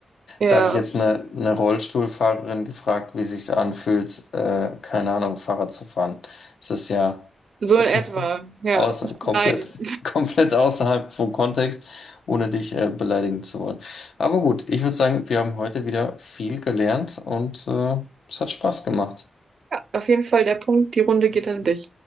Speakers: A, on the right; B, on the left.
A: Ja.
B: Da habe ich jetzt eine, eine Rollstuhlfahrerin gefragt, wie sich's anfühlt, äh, keine Ahnung, Fahrrad zu fahren. Das ist ja
A: So
B: das
A: in etwa,
B: <laughs>
A: ja.
B: außer,
A: Ist
B: komplett,
A: beleidigend.
B: komplett außerhalb vom Kontext, ohne dich äh, beleidigen zu wollen. Aber gut, ich würde sagen, wir haben heute wieder viel gelernt und äh, es hat Spaß gemacht.
A: Auf jeden Fall der Punkt, die Runde geht an dich.